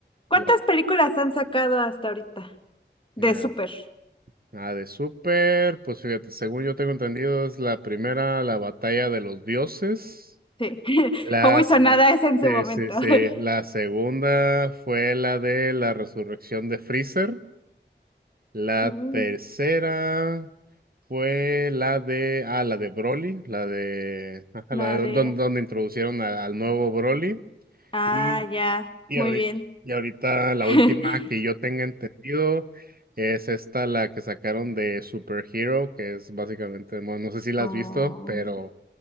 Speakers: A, on the left; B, on the right.
A: ¿Cuántas
B: la,
A: películas han sacado hasta ahorita de
B: mira,
A: Super?
B: la de Super, pues fíjate, según yo tengo entendido, es la primera, la batalla de los dioses.
A: Sí, <laughs>
B: Las,
A: fue muy sonada
B: la,
A: esa en su
B: sí,
A: momento.
B: sí, sí.
A: <laughs>
B: La segunda fue la de la resurrección de Freezer. La
A: Mm,
B: tercera fue la de, ah, la de Broly, la de, ajá,
A: Nada
B: la de
A: de...
B: donde, donde introducieron a- al nuevo Broly.
A: Ah,
B: Y,
A: ya,
B: y
A: muy
B: ahorita,
A: bien.
B: y ahorita la
A: <laughs>
B: última que yo tenga entendido es esta, la que sacaron de Super Hero, que es básicamente, bueno, no sé si la
A: Oh,
B: has visto, pero,